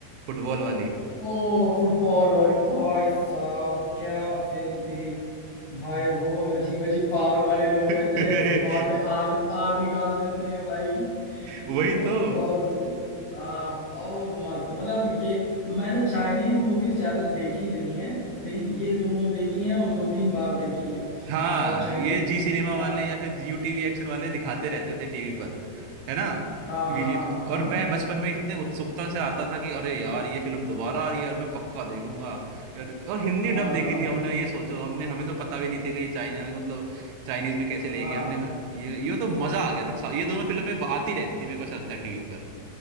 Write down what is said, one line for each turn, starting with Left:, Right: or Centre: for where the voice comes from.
Right: फुटबॉल वाली
Left: ओ फुटबॉल वाली भाई साहब क्या फिल्म थी भाई वो अजीब अजीब पावर वाले लोग
Right: <laughs>
Left: रहते हैं फुटबॉल में आग आग निकाल देते हैं भाई
Right: वही
Left: वो तो
Right: तो
Left: बहुत हाँ बहुत मस्त है। मतलब ये मैंने चाइनीज मूवीज ज्यादा देखी नहीं है लेकिन ये दोनों देखी हैं और दो तीन बार देखी हैं
Right: हाँ
Left: और चाइनीज
Right: ये जी सिनेमा
Left: हाँ
Right: वाले या फिर यू टीवी एक्शन वाले दिखाते रहते थे टीवी पर है ना
Left: हाँ हाँ
Right: वी जी
Left: हाँ
Right: और
Left: हाँ
Right: मैं बचपन में इतने उत्सुकता से आता था कि अरे यार ये फिल्म दोबारा आ रही है और मैं पक्का देखूंगा यार और हिंदी
Left: हाँ
Right: डब देखी
Left: हाँ
Right: थी हमने ये सोचो हमने हमें तो पता भी नहीं थी कि ये चाइना मतलब चाइनीज में कैसे
Left: हाँ
Right: लेगी हमने ये ये तो मजा आ गया था ये दोनों फिल्में आती रहती थी मेरे को ऐसा लगता है टीवी पर